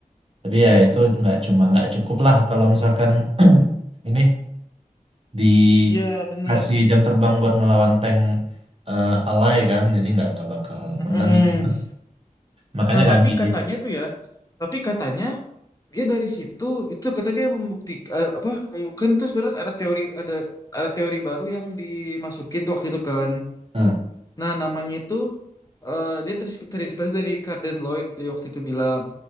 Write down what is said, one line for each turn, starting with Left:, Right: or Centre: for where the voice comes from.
Right: Tapi ya itu nggak cuma nggak cukup lah kalau misalkan <clears throat> ini dikasih
Left: Iya bener.
Right: jam terbang buat ngelawan tank eh, alay kan, jadi nggak nggak bakal menang
Left: Mm.
Right: itu. Makanya
Left: Nah,
Right: kan
Left: tapi
Right: di
Left: katanya tuh ya, tapi katanya dia dari situ itu kata dia membuktikan apa membuktikan terus berat ada teori ada ada teori baru yang dimasukin tuh waktu itu kan.
Right: Eh.
Left: Nah, namanya itu eh, dia terins- terinspirasi dari Carden Lloyd dia waktu itu bilang.